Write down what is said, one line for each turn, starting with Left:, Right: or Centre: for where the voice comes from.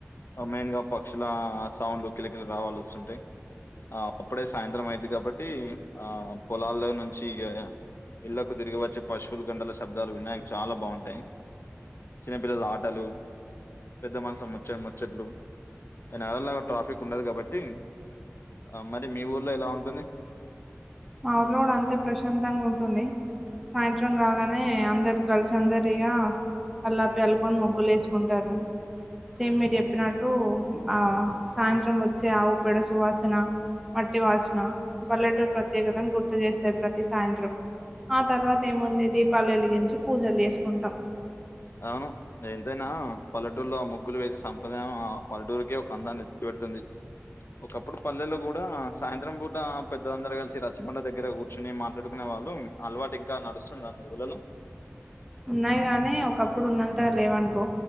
Left: మెయిన్ గా పక్షుల సౌండ్లు కిలకిల రావాలు వస్తుంటయి ఆ అప్పుడే సాయంత్రం అయిద్ది కాబట్టి ఆ పొలాల్లో నుంచి ఇగ ఇళ్లకు తిరిగి వచ్చే పశువులు గండల శబ్దాలు వినడానికి చాలా బాగుంటాయి చిన్నపిల్లల ఆటలు పెద్ద మనుషుల ముచ్చ ముచ్చట్లు ఇగ నగరంలాగ ట్రాఫిక్ ఉండదు కాబట్టి ఆ మరి మీ ఊర్లో ఎలా ఉంటుంది
Centre: మా ఊర్లో కూడా అంతే ప్రశాంతంగా ఉంటుంది సాయంత్రం కాగానే అందరు గర్ల్ అందరిగా కళ్ళాపి చల్లుకొని ముగ్గులు వేసుకుంటరు సేమ్ మీరు చెప్పినట్ ట్టు ఆ సాయంత్రం వ చ్చే ఆవు పెడ సువాసన మట్టి వాసన పల్లెటూరి ప్ర ప్రత్యేకతను గుర్తు చేస్తాయి ప్రతి సాయంత్రం ఆ తర్వాత ఏముంది దీపాలు వెలిగించి పూజలు చేసుకుంటాం
Left: అవును ఎంతైనా పల్లెటూరులో ఆ ముగ్గులు వేసే సంప్రదాయం ఆ పల్లెటూరికి ఒక అందాన్ని తెచ్చి పడుతుంది ఒకప్పుడు పల్లెలో కూడా సాయంత్రం పూట పెద్దలందరూ కలిసి రచ్చబండ దగ్గర కూర్చుని మాట్లాడుకునే వాళ్ళు అలవాటు ఇంకా నడుస్తుందా మీ ఊర్లలో
Centre: ఉన్నాయి గాని ఒకప్పుడు ఉన్నంత లేవనుకో